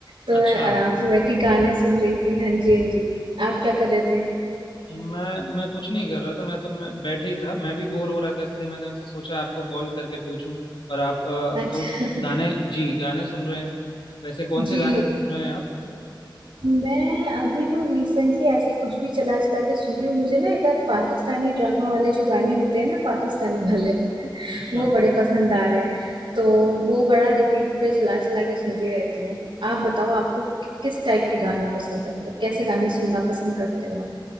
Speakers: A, on the right (about 80°); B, on the left (about 75°).
A: तो
B: अच्छा
A: मैं आराम से बैठी गाने सुन रही थी हाँ जी हाँ जी आप क्या कर रहे थे
B: मैं मैं कुछ नहीं कर रहा था मैं तो मैं बैठे ही था मैं भी बोर हो रहा था इसलिए मैंने सोचा आपको कॉल करके पूछूं पर आप अ,
A: अच्छा
B: तो गाने
A: <laughs>
B: जी गाने सुन रहे हैं वैसे कौन
A: जी
B: से गाने सुन रहे हैं आप
A: मैं अभी तो रिसेंटली ऐसे कुछ भी चला चला के सुन रही हूँ मुझे ना इधर पाकिस्तानी ड्रामा वाले जो गाने होते हैं ना पाकिस्तानी वाले
B: अच्छा
A: वो बड़े पसंद आ रहे हैं तो वो बड़ा रिपीट पे चला चला के सुनती रहती हूँ आप बताओ आपको कि- किस टाइप के गाने पसंद है मतलब कैसे गाने सुनना पसंद करते हो आप